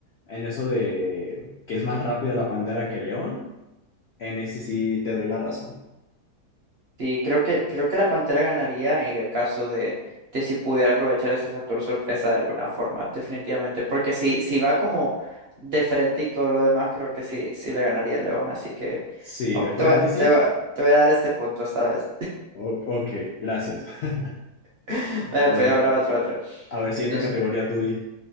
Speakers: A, on the left (about 70°); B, on the right (about 60°).
A: en eso de que es más rápida la pantera que el león, en ese sí te doy la razón.
B: Sí, creo que, creo que la Pantera ganaría en el caso de, de si pudiera aprovechar ese factor sorpresa de alguna forma, definitivamente. Porque si, si va como de frente y todo lo demás, creo que sí, sí le ganaría el León. Así que
A: Sí,
B: vam-
A: de frente
B: te voy a,
A: sí.
B: te voy a- te voy a dar este punto esta vez.
A: O- ok, gracias. <laughs>
B: <laughs> Vale,
A: Bueno,
B: Pero ahora otro, otro.
A: a ver, siguiente
B: Entonces,
A: categoría, tú di.